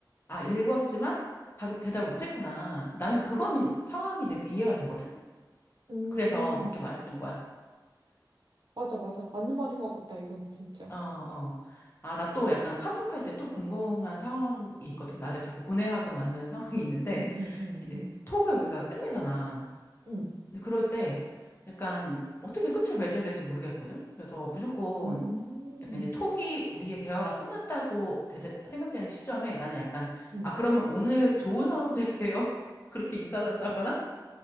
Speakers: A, on the left; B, on the right.
A: 아 읽었지만 답- 대답을 못했구나 나는 그건 상황이 되- 이해가 되거든.
B: 음,
A: 그래서 그렇게 말했던 거야.
B: 맞아, 맞아. 맞는 말인 것 같다, 이거는 진짜.
A: 어, 어. 아, 나 또 약간 카톡할 때 또 궁금한 상황이 있거든. 나를 자꾸 고뇌하게 만드는 <laughs> 상황이 있는데,
B: 응, 응, 응,
A: 이제
B: 응,
A: 톡을 우리가 끝내잖아.
B: 응.
A: 근데 그럴 때 약간 어떻게 끝을 맺어야 될지 모르겠거든. 그래서 무조건
B: 음,
A: 약간 이제 톡이 우리의 대화가 끝났다고 되- 생각되는 시점에 나는 약간,
B: 음.
A: 아, 그러면 오늘 좋은 하루 되세요. <laughs> 그렇게 인사를 한다거나,